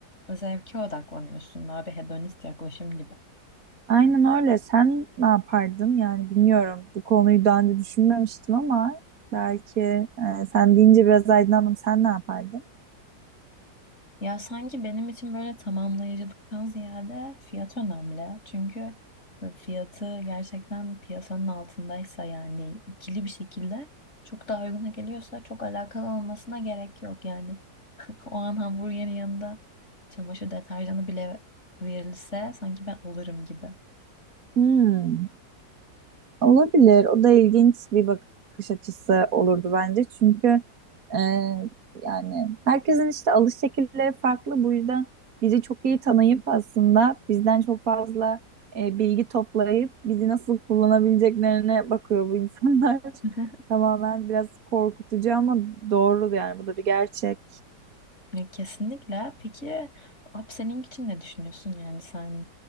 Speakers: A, on the left; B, on the right.
A: zevke odaklanıyorsun daha bir hedonist yaklaşım gibi.
B: Aynen öyle. Sen ne yapardın? Yani bilmiyorum. Bu konuyu daha önce düşünmemiştim ama belki e, sen deyince biraz aydınlandım. Sen ne yapardın?
A: Ya sanki benim için böyle tamamlayıcılıktan ziyade fiyat önemli. Çünkü böyle fiyatı gerçekten piyasanın altındaysa yani ikili bir şekilde çok daha uyguna geliyorsa çok alakalı olmasına gerek yok. Yani <laughs> o an hamburgerin yanında çamaşır deterjanı bile verilse sanki ben alırım gibi.
B: Hmm. Olabilir. O da ilginç bir bakış açısı olurdu bence. Çünkü e, yani herkesin işte alış şekilleri farklı. Bu yüzden bizi çok iyi tanıyıp aslında bizden çok fazla e, bilgi toplayıp bizi nasıl kullanabileceklerine bakıyor bu insanlar.
A: <laughs>
B: <laughs> Tamamen biraz korkutucu ama doğru yani bu da bir gerçek.
A: Ya kesinlikle. Peki bu upselling için ne düşünüyorsun? Yani sen